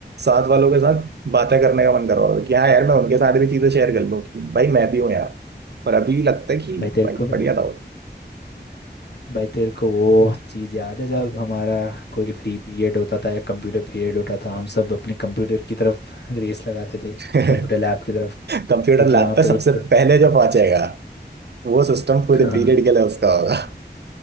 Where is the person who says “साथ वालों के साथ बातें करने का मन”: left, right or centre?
Right